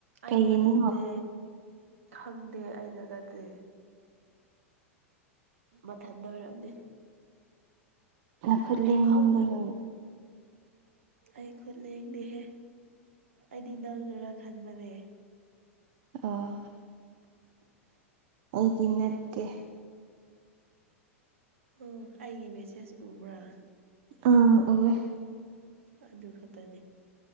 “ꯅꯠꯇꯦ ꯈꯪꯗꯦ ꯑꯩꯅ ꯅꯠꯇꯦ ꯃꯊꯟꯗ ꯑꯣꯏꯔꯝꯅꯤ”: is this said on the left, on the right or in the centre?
Right